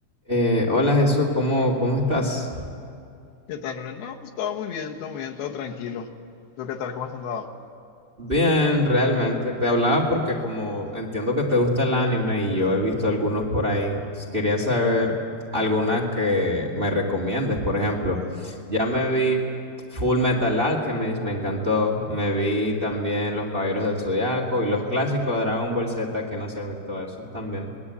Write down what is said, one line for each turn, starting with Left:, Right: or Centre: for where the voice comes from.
Right: Eh, hola Jesús, ¿cómo, cómo estás?
Left: ¿Qué tal, Loren? No, pues todo muy bien, todo muy bien, todo tranquilo. ¿Tú qué tal? ¿Cómo has andado?
Right: Bien, realmente. Te hablaba porque como entiendo que te gusta el anime y yo he visto algunos por ahí, s- quería saber alguna que me recomiendes. Por ejemplo, ya me vi Full Metal Alchemist, me encantó. Me vi también Los Caballeros del Zodiaco y los clásicos de Dragon Ball Z, que no sé si has visto esos también.